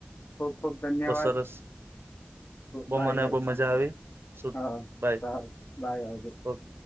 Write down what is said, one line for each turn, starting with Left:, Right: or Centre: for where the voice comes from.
Left: ખૂબ ખૂબ ધન્યવાદ
Right: બહુ સરસ બહુ
Left: બાય
Right: મને
Left: બાય
Right: બહુ
Left: હા
Right: મજા
Left: હા
Right: આવી શું
Left: હા
Right: બાય
Left: સારૂ બાય આવજો.
Right: ઓકે